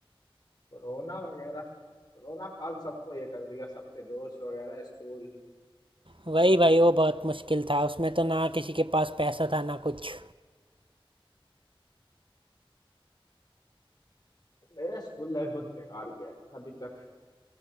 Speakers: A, on the left; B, on the right.
A: कोरोना वगैरह कोरोना काल सबको ये कर दिया सबके दोस्त वगैरह स्कूल
B: वही भाई वो बहुत मुश्किल था उसमें तो ना किसी के पास पैसा था ना कुछ
A: मेरा स्कूल लाइफ बहुत बेकार गया है अभी तक